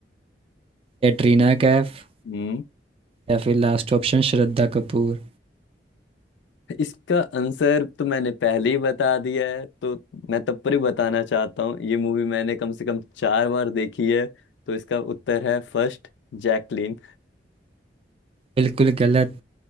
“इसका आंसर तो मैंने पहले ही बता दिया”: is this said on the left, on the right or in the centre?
Left